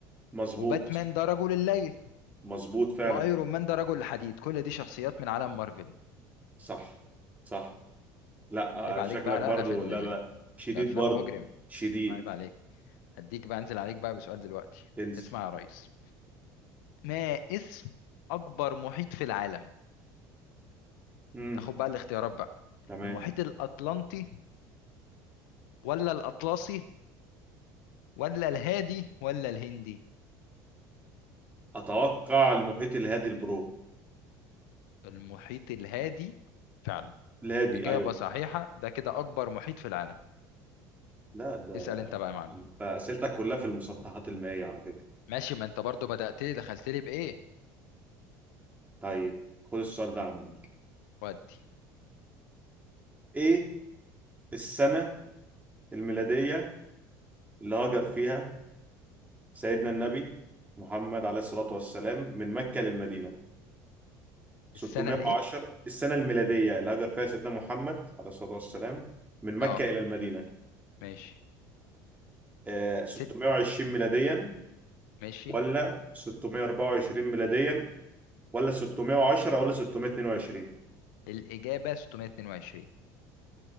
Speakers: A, on the right; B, on the left.
A: مظبوط
B: وباتمان ده رجل الليل
A: مظبوط فعلا
B: وايرون مان ده رجل حديد كل دي شخصيات من عالم مارفل
A: صح صح لا آه،
B: عيب عليك
A: آه، شكلك
B: بقى
A: برضو
B: لا انا في ال-
A: لا لا لا. شديد
B: الافلام
A: برضو
B: مجرم
A: شديد
B: عيب عليك هديك بقى انزل عليك بقى بسؤال دلوقتي
A: انزل
B: اسمع يا ريس ما اسم اكبر محيط في العالم
A: امم
B: تاخد بقى الاختيارات بقى
A: تمام
B: المحيط الاطلنطي ولا الاطلسي ولا الهادي ولا الهندي
A: اتوقع المحيط الهادي البرو
B: المحيط الهادي فعلا
A: الهادي
B: إجابة
A: ايوه
B: صحيحة ده كده أكبر محيط في العالم
A: لا ده
B: اسأل أنت بقى يا معلم
A: انت اسئلتك كلها في المسطحات المائية على فكرة
B: ماشي ما أنت برضو بدأت لي دخلت لي بإيه
A: طيب خد السؤال ده عندك
B: ودي
A: ايه السنة الميلادية اللي هاجر فيها سيدنا النبي محمد عليه الصلاة والسلام من مكة للمدينة 610
B: السنة الإيه
A: السنة الميلادية اللي هاجر فيها سيدنا محمد عليه الصلاة والسلام من مكة
B: أه
A: إلى المدينة
B: ماشي
A: آه، 620
B: ست
A: ميلاديا
B: ماشي
A: ولا 624 ميلاديا ولا 610 ولا 622
B: الإجابة 622